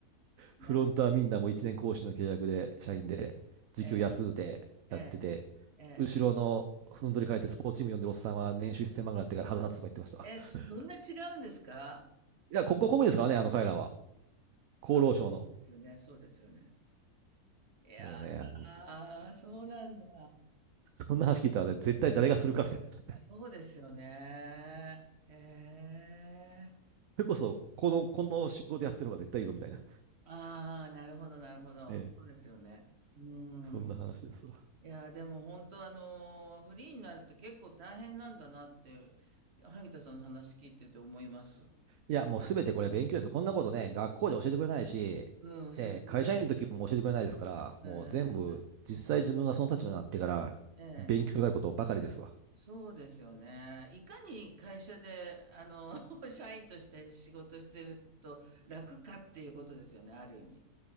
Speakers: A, on the right; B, on the right.
A: フロントはみんなもう1年講師の契約で、
B: なんか、
A: 社員で、時給安うてやってて、
B: ええ、ええ、ええ。
A: 後ろのふんぞり返ってスポーツチーム呼んでるおっさんは年収1000万ぐらいあってから腹立つとか言ってましたわ。
B: え、
A: <laughs>
B: そんな違うんですか
A: いや、国家公務員ですからね、あの彼らは。厚労省の。
B: あ、そうですよね、そうですよね。いやだ、
A: もうね、あの
B: あそうなんだ。
A: そんな話聞いたらね、絶対誰がするかみたいな。そ
B: そうですよね。へえ。
A: れこそ、この、この仕事やってる方が絶対いいぞみたいな。
B: ああ、なるほど、なるほど。
A: ね、
B: そうですよね。う
A: そんな話ですわ。
B: ん。いやー、でも本当あのーフリーになるって結構大変なんだなって、萩田さんの話聞いてて思います。
A: いや、もうすべてこれ勉強ですよ。こんなことね、学校で教えてくれないし、
B: うん、
A: で、
B: 教えてくれない。
A: 会社員の時も教えてくれないですから、
B: うんう
A: もう全部、実際自分がその立場になってから勉強になることばかりですわ。
B: んええ、そうですよね。いかに会社で、あの、<laughs> 社員として仕事してると楽かっていうことですよね、ある意味。